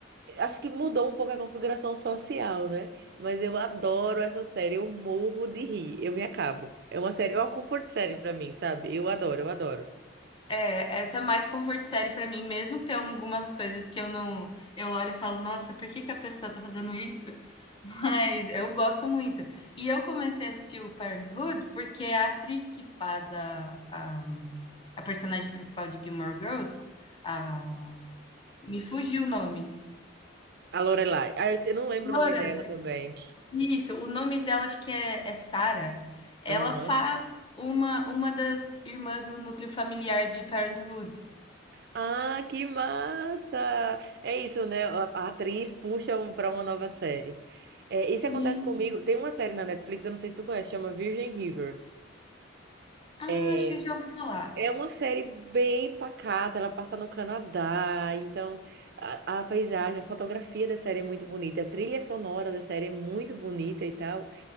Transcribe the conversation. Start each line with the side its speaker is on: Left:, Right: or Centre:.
Right: Acho que mudou um pouco a configuração social, né? Mas eu adoro essa série, eu morro de rir, eu me acabo. É uma série, é uma comfort série pra mim, sabe? Eu adoro, eu adoro.
Left: É, essa é mais comfort série pra mim, mesmo que tenha algumas coisas que eu não. Eu olho e falo, nossa, por que que a pessoa tá fazendo isso? <laughs> Mas eu gosto muito. E eu comecei a assistir o Parenthood porque a atriz que faz a, a, a personagem principal de Gilmore Girls, a- me fugiu o nome.
Right: A Lorelai. Ah, eu esque- eu não lembro
Left: Lorelai.
Right: o nome dela também.
Left: Isso, o nome dela acho que é, é Sarah. Ela
Right: Aham.
Left: faz uma, uma das irmãs no núcleo familiar de Parenthood.
Right: Ah, que massa! É isso, né? A a atriz puxa um- pra uma nova série. É, isso
Left: Sim.
Right: acontece comigo. Tem uma série na Netflix, eu não sei se tu conhece, chama Virgin River.
Left: Ah,
Right: É,
Left: acho que eu já ouvi falar.
Right: É uma série bem pacata, ela passa no Canadá, então a, a paisagem, a fotografia da série é muito bonita, a trilha sonora da série é muito bonita e tal.